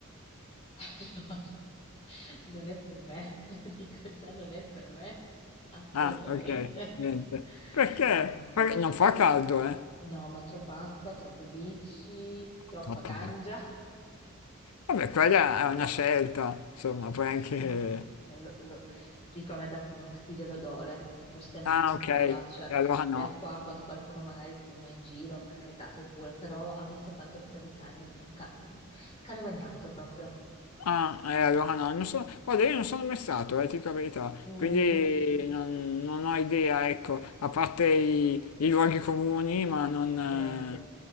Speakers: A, on the left; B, on the left.
A: Allora, non è per me, <laughs> lo dico già, non è per me, assolutamente.
B: Ah, ok, niente. Perché?
A: No,
B: Perché non fa caldo, eh?
A: no, ma troppa acqua, troppe bici, troppa
B: Troppo.
A: ganja.
B: Vabbè, quella è una scelta, insomma, poi
A: Sì,
B: anche...
A: sì, sì, ma tu, cioè, lo- lo- ti dico, a me dà proprio fastidio l'odore, di per sé non
B: Ah,
A: mi
B: ok, e
A: piace.
B: allora
A: Cioè,
B: no.
A: già qua, quando qualcuno magari fuma in giro, per carità, fai pure, però a me sa tanto che sa di cane, ca- cane bagnato proprio.
B: Ah, eh, allora no, non so, guarda, io non sono mai stato, eh, ti dico la verità,
A: Mm, mm,
B: quindi
A: mm.
B: non, non ho idea, ecco, a parte i, i luoghi comuni, ma non,
A: sì.
B: eh,